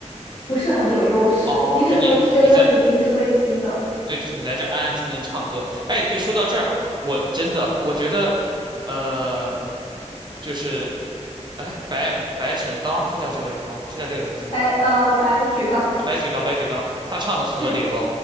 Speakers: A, on the left; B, on the right.
A: 不是很有优势，
B: 哦，
A: 即使说这些歌是你平时会听的，
B: 就你你在对你来这安安静静的唱歌。哎，对，说到这儿，我真的我觉得，呃，就是，哎，白白晨刚是叫这个人吗？是叫这个名字吗？
A: 白呃白举纲，
B: 呃，白举纲，白举纲，他唱的《河流》，
A: 嗯